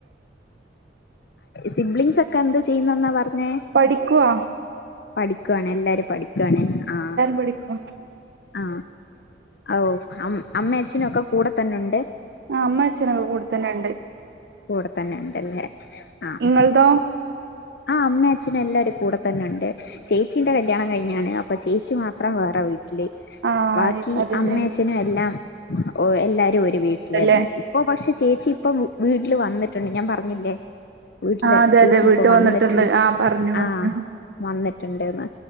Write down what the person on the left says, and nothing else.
സിബ്ലിങ്സ് ഒക്കെ എന്ത് ചെയ്യുന്നെന്നാ പറഞ്ഞേ
പഠിക്കുവാണ് എല്ലാരും പഠിക്കാണ് ആഹ്
ആഹ് ഓ അമ്മ അച്ഛനും ഒക്കെ കൂടെ തന്നെ ഉണ്ട്
കൂടെ തന്നെണ്ടല്ലേ ആഹ്
ആഹ് അമ്മയും അച്ഛനും എല്ലാരും കൂടെ തന്നെണ്ട് ചേച്ചിന്റെ കല്യാണം കഴിഞ്ഞാണ് അപ്പൊ ചേച്ചി മാത്രം വേറെ വീട്ടി
ബാക്കി
അമ്മ
അച്ഛനും എല്ലാം എല്ലാരും ഒരു വീട്ടില്ന്നെ
ഇപ്പോ പക്ഷെ ചേച്ചി ഇപ്പം വീട്ടില് വന്നിട്ടുണ്ട് ഞാൻ പറഞ്ഞില്ലേ വീട്ടില്
ചേച്ചി
ഇപ്പൊ വന്നിട്ടു
ആഹ് വന്നിട്ടുണ്ട്ന്ന്